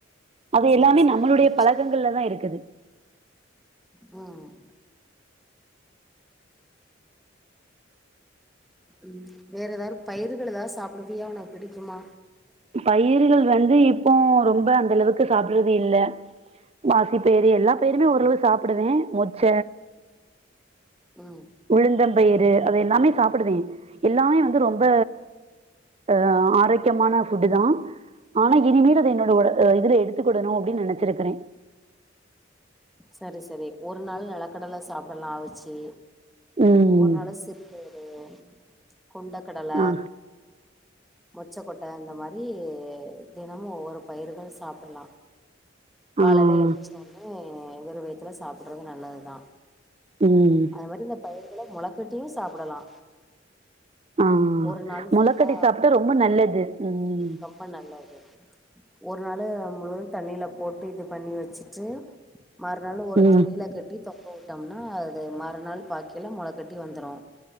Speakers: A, on the right; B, in the centre.
A: அது
B: சரி
A: எல்லாமே
B: சரி
A: நம்மளுடைய
B: நல்ல விஷய
A: பழகங்கள்ல தா இருக்குது
B: ம் ம் வேற எதாவது பயிர்கள் எதா சாப்புடுவியா உனக் புடிக்குமா
A: பயிர்கள் வந்து இப்போ ரொம்ப அந்த அளவுக்கு சாப்புறது இல்ல மாசி பேரு எல்லா பேருமே ஓரளவு சாப்புடுவ மொச்ச
B: ம்
A: உளுந்தம் பயிறு அத எல்லாமே சாப்பிடுவே எல்லாமே வந்து ரொம்ப அ ஆரோக்கியமான ஃபுட்டு தா ஆனா இனிமேல் அத என்னோட ஒரு இதுல எடுத்துக்கிடனு அப்டின்னு நெனச்சிருக்றே
B: செரி செரி ஒரு நாள் நெலக்கடல சாப்படலா அவிச்சு
A: ம்
B: ஒரு நாள் சிர் <unintelligible> கொண்ட கடல
A: ஆ
B: மொச்சகொட்ட அந்த மாரி தெனமு ஒவ்வொரு பயிர்கள் சாப்பிலா காலைல
A: ஆ
B: என்ச்சோனே வெறு வய்த்துல சாப்டறது நல்லது தா
A: ம்
B: கவர்ல பயிருகள மொளகட்டியு சாப்புடலா
A: ஆ
B: ஒரு நாள் ஃபுல்லா
A: முளைக்கட்டி சாப்பிட்டா ரொம்ப நல்லது ம்
B: ரொம்ப நல்லது ஒரு நாள் முழுது தண்ணில போட்டு இது பண்ணி வச்சுட்டு மறுநாள் ஒரு
A: ம்
B: துணில கட்டி தொங்க விட்டம்னா அ மறுநாள் பாக்கேல மொளகட்டி வந்துரு